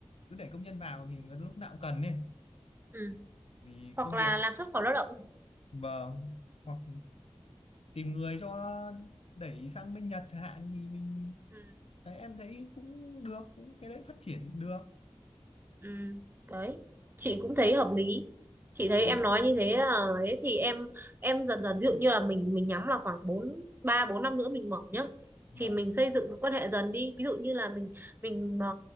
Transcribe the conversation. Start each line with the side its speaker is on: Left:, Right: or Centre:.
Left: cứ để công nhân vào thì người ta lúc nào cũng cần ấy
Right: ừ.
Left: vì
Right: Hoặc
Left: công
Right: là
Left: việc
Right: làm xuất khẩu lao động.
Left: vâng hoặc tìm người cho đẩy sang bên Nhật chẳng hạn thì mình
Right: Ừ.
Left: Đấy, em thấy cũng được cũng cái đấy phát triển được
Right: Ừ, đấy chị cũng thấy hợp lý chị thấy
Left: ừ.
Right: em nói như thế là ấy thì em em dần dần ví dụ như là mình mình nhắm là khoảng bốn ba bốn năm nữa mình mở nhá
Left: vâng
Right: thì mình xây dựng mối quan hệ dần đi ví dụ như là mình mình ờ,